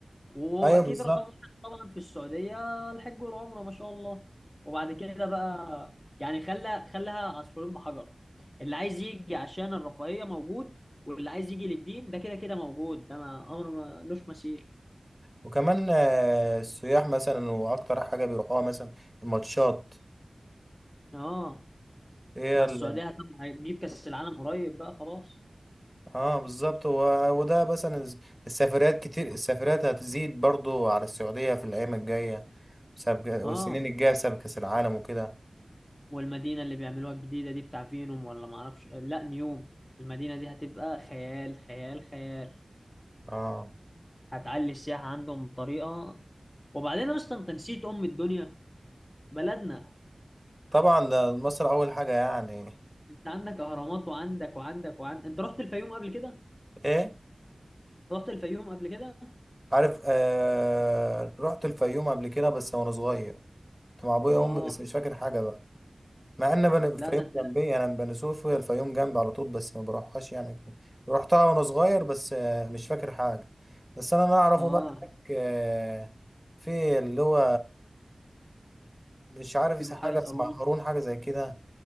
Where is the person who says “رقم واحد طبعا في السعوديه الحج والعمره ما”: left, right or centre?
Left